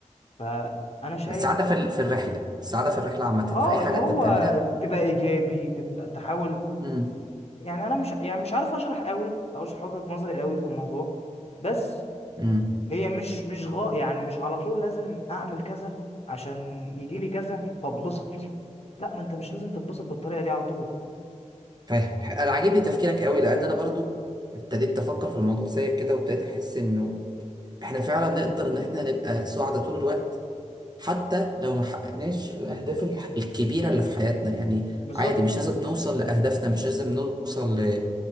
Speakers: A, on the left; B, on the right.
A: ف انا شايف
B: السعادة في ال- في الرحلة السعادة في الرحلة عامة
A: اه
B: في اي حاجة
A: اللي هو
B: انت بتعملها
A: تبقى ايجابي تبقى تحاول
B: امم
A: يعني انا مش يعني مش عارف اشرح قوي او اشرح وجهة نظري قوي في الموضوع بس
B: امم
A: هي مش مش غا يعني مش على طول لازم اعمل كذا عشان يجي لي كذا فاتبسط لا ما انت مش لازم تتبسط بالطريقه دي على طول
B: فاهم انا عاجبني تفكيرك قوي لان انا برضو ابتديت افكر في الموضوع زيك كده وابتديت احس انه احنا فعلا نقدر ان احنا نبقى سعداء طول الوقت حتى لو ما حققناش الأهداف الح- الكبيرة اللي في حياتنا يعني
A: بالظبط
B: عادي مش لازم نوصل لأهدافنا مش لازم نوصل ل...